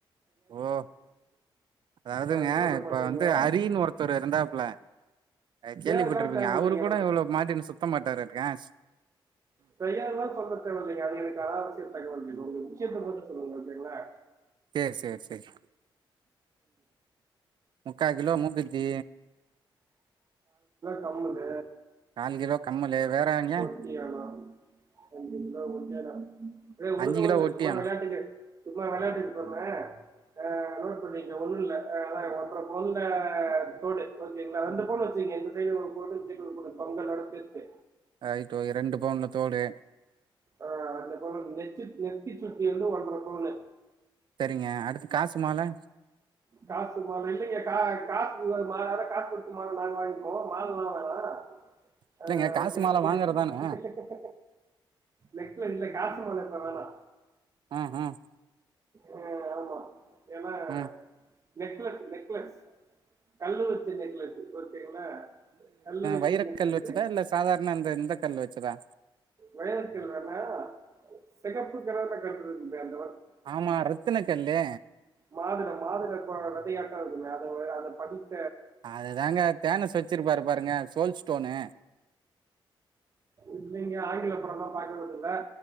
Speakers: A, on the right (about 60°); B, on the right (about 35°).
A: ஓஹோ அதாவதுங்க
B: அது போல
A: இப்ப
B: பண்ணீங்களா
A: வந்து அரினு ஒருத்தரு இருந்தாப்புல கேள்விப்பட்டுருப்பீங்க
B: தேவைலாம் தேவையில்லைங்க
A: அவரு கூட இவ்வளவு மாட்டினு சுத்த மாட்டாரு ஏன்
B: செய்யாருதான் சொல்ல தேவல்லைங்க <unintelligible> தகவல் ஒரு முக்கியத்துவம் பார்த்தீங்ஙனா
A: சேரி சேரி சேரி முக்கா கிலோ மூக்குத்தி
B: கம்பளு
A: கால் கிலோ கம்மலு வேற எவங்க
B: ஒட்டியானாம் ஒன்பது கிலோ ஒட்டியானம் விடுங்க
A: அஞ்சு கிலோ
B: விடுங்க
A: ஒட்டியாணோ
B: சும்மா விளையாட்டுக்கு சும்மா விளையாட்டுக்கு சொல்றேன் அஹ் நோட் பண்ணிக்க ஒண்ணும்ல அதப்புற பொல்ல தோடு ஓகேங்களா ரெண்டு பௌனு வச்சீகங்க அந்த சைடு ஒரு பௌனு இந்த சைடு ஒரு பௌனு பொங்கலோட சேத்து
A: <unintelligible> ரெண்டு பௌன்லத்தோடு
B: ஆஹ் அந்த பவுன் நெத்தி நெத்தி சுட்டி வந்து ஒன்ற பௌனு
A: சரிங்க அடுத்து காசு மாலை
B: காசு மாலை இல்லைங்க கா காசு ஒரு மாலை காசுபச்சி மாலை நாங்க வாங்கிக்கோம் மாலைல்லாம் வேணாம்
A: இல்லங்க
B: ஆஹ்
A: காசு
B: நெக்லஸ்
A: மால வாங்குறதானே
B: நெக்ல இல காசு மாலை ஆஹ
A: ஆஹ் ஆஹ்
B: ஆஹ் ஆமா ஏனா
A: ஆ
B: நெக்லஸ் நெக்லஸ் கல்லுவச்ச நெக்லஸ் ஓகேங்ளா கல்லு வச்ச
A: வைரக்கல்
B: நெக்லஸ்ஸு
A: வச்சதா இல்ல சாதாரண இந்த இந்த கல் வச்சதா
B: வய்றக்கல் வேணா செகப்பு க கண்டந்த அந்த
A: ஆமா ரத்தனுக்கல்லே
B: மாதுளை மாதுளை கொ- விதையாட்டம் இருக்குமே அதை அதை படித்து
A: அதுதாங்க தேனஸ் வச்சிருப்பாரு பாருங்க சோல்ஸ்டோனு
B: இல்லைங்க ஆங்கில படம்லாம் பார்க்கறது இல்ல